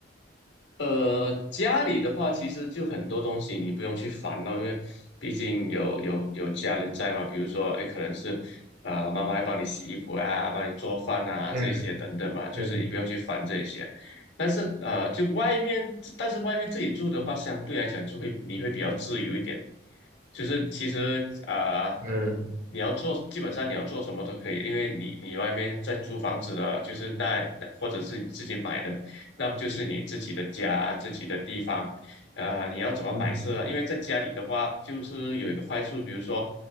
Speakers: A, on the left (about 70°); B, on the right (about 40°).
A: 呃，家里的话，其实就很多东西你不用去烦咯，因为毕竟有有有家人在嘛。比如说，哎，可能是呃，妈妈会帮你洗衣服啊，帮你做饭啊，
B: 嗯
A: 这些等等嘛，就是你不用去烦这些。
B: 嗯
A: 但是呃，就外面，但是外面自己住的话，相对来讲就会你会比较自由一点。就是其实啊、呃
B: 嗯
A: 你要做基本上你要做什么都可以，因为你你外面在租房子的，就是那那或者是你自己买的。那就是你自己的家、自己的地方，呃，你要怎么摆设啊？
B: 嗯。
A: 因为在家里的话，就是有一个坏处，比如说，